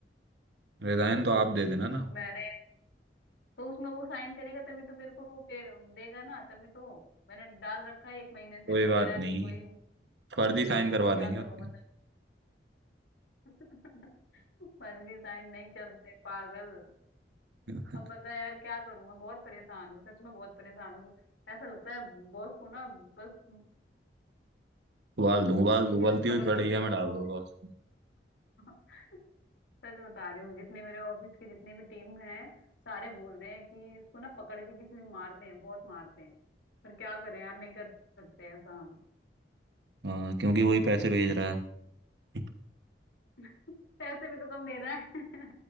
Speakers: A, on the right; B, on the left.
A: रिजाइन तो आप दे देना ना
B: मैंने तो उसमें वो साइन करेगा तभी तो मेरे को वो पे देगा ना तभी तो मैंने डाल रखा है एक महीने से
A: कोई
B: वो
A: बात
B: कह रहा है
A: नहीं
B: अभी कोई
A: फर्जी साइन करवा
B: तो क्या
A: देंगे उसके
B: करूं बता <laughs> फर्जी साइन नहीं चलते पागल
A: <laughs>
B: अब बता यार क्या करूं मैं बहुत परेशान हूँ सच में बहुत परेशान हूँ ऐसा लगता है बॉस को ना बस
A: उबाल दूँ उबाल
B: किसी
A: उबलती
B: दिन पकड़
A: हुई कढ़ैया
B: के जितने
A: में
B: मेरे
A: डाल
B: ऑफिस
A: दूंगा उसको
B: <laughs> सच बता रही हूँ जितने मेरे ऑफिस के जितने भी टीम हैं सारे बोल रहे हैं कि इसको ना पकड़ के किसी दिन मारते हैं बहुत मारते हैं पर क्या करें यार नहीं कर सकते ऐसा हम
A: हाँ क्योंकि वही पैसे भेज रहा है <laughs>
B: <laughs> पैसे भी तो कम दे रहा है <laughs>